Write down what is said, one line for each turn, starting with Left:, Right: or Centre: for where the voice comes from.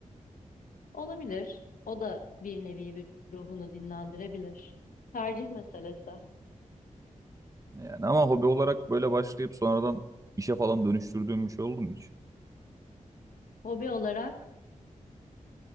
Left: Olabilir. O da bir nevi vü- ruhunu dinlendirebilir. Tercih meselesi.
Right: Yani ama hobi olarak böyle başlayıp sonradan işe falan dönüştürdüğüm bir şey oldu mu hiç?
Left: Hobi olarak